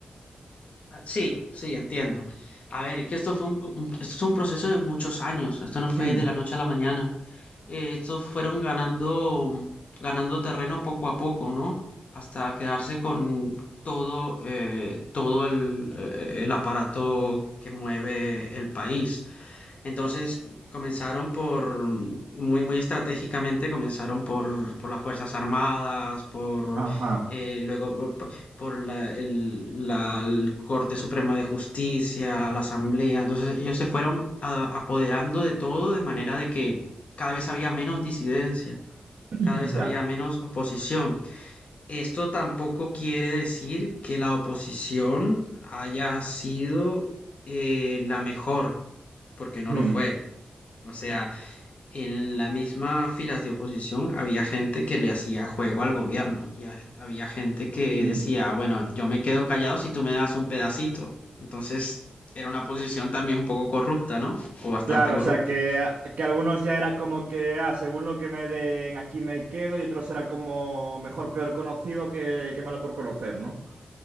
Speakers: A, on the left (about 45°); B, on the right (about 65°).
A: Ah, Sí, sí, entiendo. A ver, es que esto fue un, cu- un- esto es un proceso de muchos años, esto no fue
B: Mm,
A: de la noche a la mañana. Eh, estos fueron ganando, mm, ganando terreno poco a poco, ¿no? Hasta quedarse con todo, eh, todo el, eh, el aparato que mueve el país. Entonces comenzaron por, mm, muy, muy estratégicamente, comenzaron por, por las Fuerzas Armadas, por
B: Ajá,
A: eh, luego p- por por la, el- la el Corte Suprema de Justicia, la Asamblea. Entonces ellos se fueron a- apoderando de todo de manera de que cada vez había menos disidencia,
B: <clears throat>
A: cada vez
B: ya.
A: había menos oposición. Esto tampoco quiere decir que la oposición haya sido eh, la mejor, porque no
B: Mm,
A: lo fue. O sea, en la misma filas de oposición había gente que le hacía juego al gobierno y ha- había gente que
B: mm.
A: decía, bueno, yo me quedo callado si tú me das un pedacito. Entonces era una posición también un poco corrupta, ¿no? O bastante
B: Claro,
A: corrupta.
B: o sea, que, que algunos ya era como que, ah, según lo que me den, aquí me quedo, y otros era como mejor, peor conocido que, que malo por conocer, ¿no?